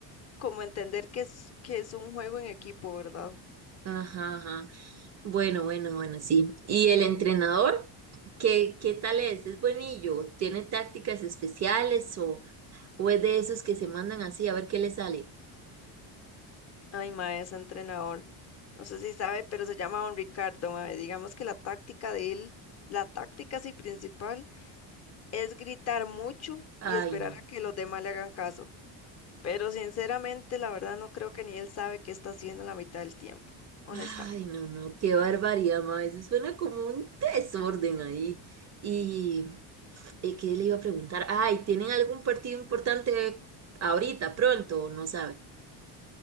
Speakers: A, on the left (about 35°); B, on the right (about 35°).
A: como entender que es, que es un juego en equipo, ¿verdad?
B: ajá, ajá. Bueno, bueno, bueno, sí. ¿Y el entrenador? ¿Qué, qué tal es? ¿Es buenillo? ¿Tiene tácticas especiales o, o es de esos que se mandan así a ver qué le sale?
A: Ay, mae, es entrenador. No sé si sabe, pero se llama Don Ricardo, mae. Digamos que la táctica de él, la táctica sí principal, es gritar mucho
B: Ay,
A: y esperar
B: no.
A: a que los demás le hagan caso. Pero sinceramente, la verdad, no creo que ni él sabe qué está haciendo la mitad del tiempo, honestamente.
B: Ay, no, no, qué barbaridad, ma. Eso suena como un desorden ahí. Y, y ¿qué le iba a preguntar? Ay, ¿tienen algún partido importante ahorita, pronto? o No sabe.